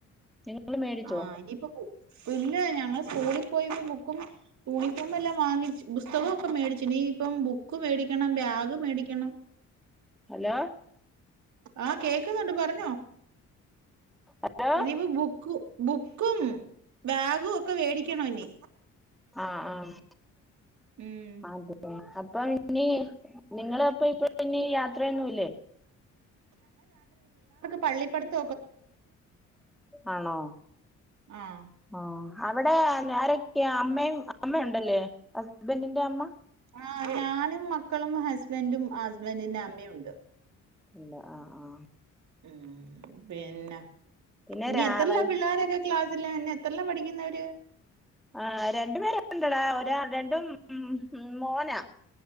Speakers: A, in the centre; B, on the right.
A: നിങ്ങൾ മേടിച്ചോ
B: ആ ഇനിയിപ്പോ ഇല്ല ഞങ്ങള് സ്കൂളിൽ പോയിപ്പം ബുക്കും യൂണിഫോമ എല്ലാം വാങ്ങിച്ച് പുസ്തകമൊക്കെ മേടിച്ചു നീ ഇപ്പം ബുക്ക് മേടിക്കണം ബാഗ് മേടിക്കണം
A: ഹലോ
B: ആ കേക്കുന്നുണ്ട് പറഞ്ഞോ
A: ഹലോ
B: ഇനിപ്പോ ബു ബുക്കും ബാഗും ഒക്കെ വേടിക്കണ ഇനി
A: ആഹ് ആഹ്
B: ഉം
A: അതെ അപ്പം ഇനി നിങ്ങളപ്പ ഇപ്പ ഇനി യാത്രയൊന്നും ഇല്ലേ
B: പള്ളി പടുത്ത
A: ആണോ
B: ആഹ്
A: ആ അവിടെ <unintelligible> ഈ അമ്മയും അമ്മയുണ്ടല്ലേ അ ബന്റിന്റെ അമ്മ
B: ആ ഞാനും മക്കളും ഹസ്ബൻറും ഹസ്ബന്റിന്റെ അമ്മയൊണ്ട്
A: ഇല്ല ആ ആ
B: ഉം പിന്നെ
A: ഉം. പിന്നെ
B: ഇനി
A: രാ
B: എത്ര ല്ല
A: വൈ
B: പിള്ളേരൊക്കെ ക്ലാസ്സില പിന്നെ എത്ര ല്ലാ പഠിക്കുന്നവര്
A: ആ രണ്ടു പേര്ണ്ടൊടാ ഒരാ രണ്ടും മ് മോന